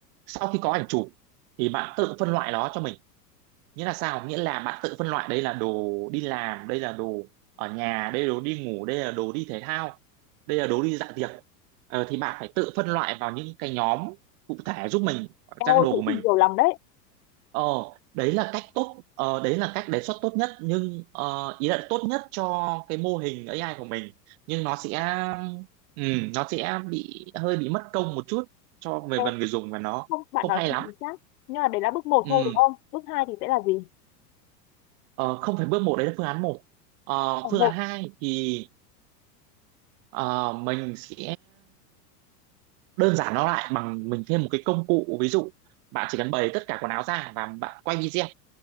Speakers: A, on the right; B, on the left.
A: sau khi có ảnh chụp thì bạn tự phân loại nó cho mình nghĩa là sao nghĩa là bạn tự phân loại đây là đồ đi làm đây là đồ ở nhà đây là đồ đi ngủ đây là đồ đi thể thao đây là đồ đi dạ tiệc Ờ, thì bạn phải tự phân loại vào những cái nhóm cụ thể giúp mình trong
B: em ơi
A: cái đồ
B: thế
A: của mình
B: thì nhiều lắm đấy.
A: ờ đấy là cách tốt ờ, đấy là cách đề xuất tốt nhất nhưng ờ, ý là tốt nhất cho cái mô hình AI của mình nhưng nó sẽ ừ, nó sẽ bị hơi bị mất công một chút cho về
B: Ê,
A: phần người dùng và nó
B: không, bạn
A: không
B: nói
A: hay
B: cũng
A: lắm
B: chính xác. Nhưng mà đấy là bước một
A: ừ.
B: thôi đúng không? Bước hai thì sẽ là gì?
A: Ờ, không phải bước một đấy là phương án một Ờ,
B: Ờ,
A: phương
B: một,
A: án hai thì ờ, mình sẽ đơn giản nó lại bằng mình thêm một cái công cụ ví dụ bạn chỉ cần bày tất cả quần áo ra và bạn quay video